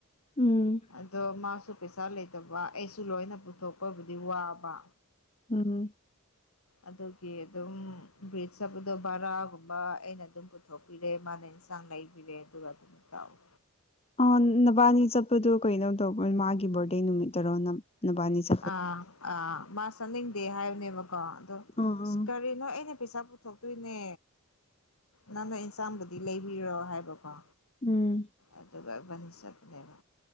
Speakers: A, on the left; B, on the left.
A: ꯎꯝ
B: ꯑꯗꯣ ꯃꯥꯁꯨ ꯄꯩꯁꯥ ꯂꯩꯇꯕ ꯑꯩꯁꯨ ꯂꯣꯏꯅ ꯄꯨꯊꯣꯛꯄꯕꯨꯗꯤ ꯋꯥꯕ
A: ꯎꯝ
B: ꯑꯗꯨꯒꯤ ꯑꯗꯨꯝ ꯕ꯭ꯔꯤꯖꯞꯗꯣ ꯕꯔꯥꯒꯨꯝꯕ ꯑꯩꯅ ꯑꯗꯨꯝ ꯄꯨꯊꯣꯛꯄꯤꯔꯦ ꯃꯥꯅ ꯏꯟꯁꯥꯡ ꯂꯩꯕꯤꯔꯦ ꯑꯗꯨꯒ ꯑꯗꯨꯝ ꯇꯥꯎꯑꯣ
A: ꯑꯥ ꯅꯕꯥꯅꯤ ꯆꯠꯄꯗꯣ ꯀꯩꯅꯣ ꯇꯧꯕ ꯃꯥꯒꯤ ꯕꯔꯗꯦ ꯅꯨꯃꯤꯠꯇꯔꯣ ꯅ ꯅꯕꯥꯅꯤ ꯆ
B: ꯑꯥ ꯑꯥ ꯃꯥ ꯆꯠꯅꯤꯡꯗꯦ ꯍꯥꯏꯕꯅꯦꯕꯀꯣ ꯑꯗꯣ
A: ꯑꯥ ꯑꯥ
B: ꯀꯔꯤꯅꯣ ꯑꯩꯅ ꯄꯩꯁꯥ ꯄꯨ ꯊꯣꯛꯇꯣꯏꯅꯦ ꯅꯪꯅ ꯏꯟꯁꯥꯡꯕꯨꯗꯤ ꯂꯩꯕꯤꯔꯣ ꯍꯥꯏꯕꯀꯣ
A: ꯎꯝ
B: ꯑꯗꯨꯒ ꯏꯕꯥꯅꯤ ꯆꯠꯄꯅꯦꯕ